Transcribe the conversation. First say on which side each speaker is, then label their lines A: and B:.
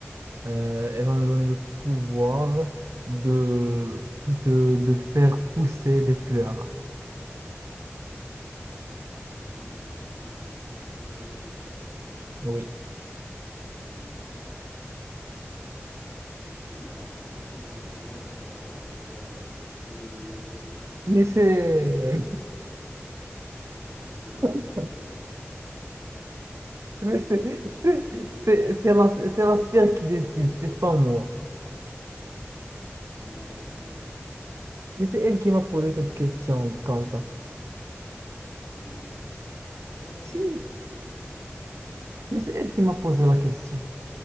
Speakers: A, on the right (about 85°); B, on the left (about 45°).
A: Euh, elle va me donner le pouvoir de, de, de faire pousser des fleurs.
B: Elle va te donner le pouvoir de faire pousser des fleurs.
A: Oui.
B: Mais non, mais non, tu auras un pouvoir et tu auras le pouvoir de... Tu veux devenir fleuriste ou quoi?
A: Mais c'est
B: Donc toi, tu veux devenir
A: <laughs>
B: fleuriste. Ah
A: mais
B: mais
A: c'est
B: non,
A: c'est- c'est- c'est la, c'est la sphère qui décide, c'est pas moi.
B: non, c'est toi qui décides.
A: Mais c'est elle qui m'a posé cette question comme ça.
B: Bah non, c'est toi qui as
A: Si,
B: décidé. Donc, euh,
A: mais c'est elle qui m'a posé la question.